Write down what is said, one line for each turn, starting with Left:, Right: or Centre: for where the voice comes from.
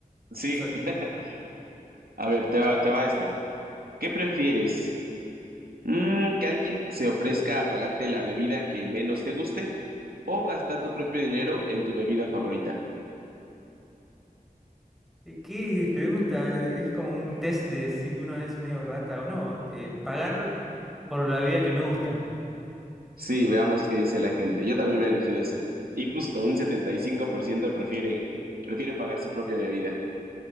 Right: Sí,
Centre: O sea,
Right: <laughs> a ver, te va, te va esta. ¿Qué prefieres? Mm, ¿que alguien se ofrezca a pagarte la bebida que menos te guste o gastar tu propio dinero en tu bebida favorita?
Centre: ¿qué pregunta? Eh, Es como un test de si uno es medio rata o no. Eh, pagar por la bebida que me gusta.
Right: Sí, veamos qué dice la gente. Yo también hubiera elegido esa. Y justo un 75% prefiere, prefiere pagar su propia bebida.